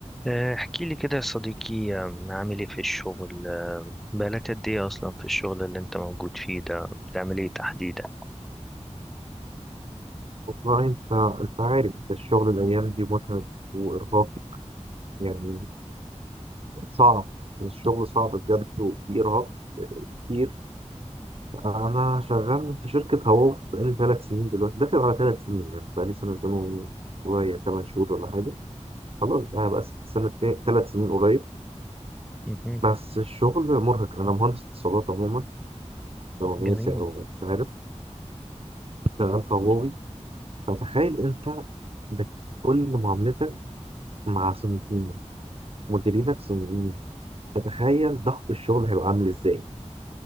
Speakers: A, in the centre; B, on the right.
A: آه، احكي لي كده يا صديقي أم، عامل ايه في الشغل أم، بقالك قد ايه اصلا في الشغل اللي انت موجود فيه ده بتعمل ايه تحديدا
B: والله انت انت عارف الشغل الايام دي متعب وارهاق يعني صعب الشغل صعب بجد وفي ارهاق كتير انا شغال في شركه هواو بقالي ثلاث سنين دلوقتي داخل على ثلاث سنين يعني بقالي سنتين وشويه ثمان شهور ولا حاجه خلاص بقى بقى سنه ثلاث سنين قريب
A: مهم.
B: بس الشغل مرهق انا مهندس اتصالات عموما بيزنس
A: جميل
B: او مش عارف شغال في هواوي فتخيل انت بت- كل معاملتك مع صندوقين مديرينك صندوقين تتخيل ضغط الشغل هيبقى عامل ازاي